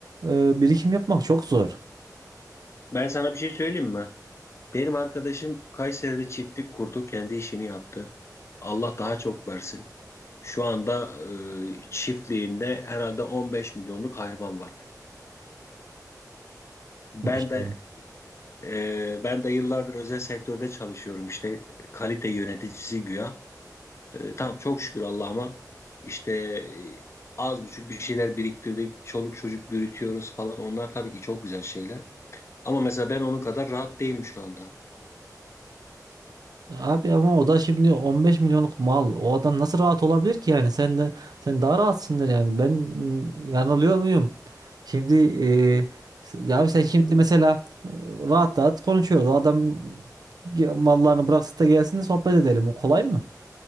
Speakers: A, on the right; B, on the left.
A: e, birikim yapmak çok zor.
B: Ben sana bir şey söyleyeyim mi? Benim arkadaşım Kayseri'de çiftlik kurdu, kendi işini yaptı. Allah daha çok versin. Şu anda e, çiftliğinde herhalde 15 milyonluk hayvan var. Ben
A: Maşallah.
B: de e, ben de yıllardır özel sektörde çalışıyorum işte kalite yöneticisi güya. E, tamam çok şükür Allah'ıma işte e, az buçuk bir şeyler biriktirdik. Çoluk çocuk büyütüyoruz falan. Onlar tabii ki çok güzel şeyler. Ama mesela ben onun kadar rahat değilim şu anda.
A: Abi ama o da şimdi 15 milyonluk mal. O adam nasıl rahat olabilir ki yani? Sen de sen daha rahatsındır yani. Ben mm, yanılıyor muyum? Şimdi e, s- ya abi sen şimdi mesela e, rahat rahat konuşuyordu. O adam ge- mallarını bıraksın da gelsin de sohbet edelim. O kolay mı?